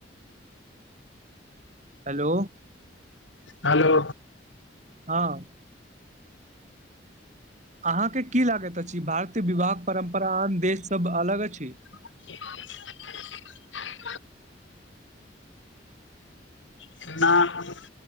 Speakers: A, on the right (about 40°); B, on the left (about 80°).
A: हेलो
B: हेलो
A: हँ अहाँके की लागैत अछि भारतीय विवाहक परम्परा आन देशसँ अलग अछि
B: <inaudible> न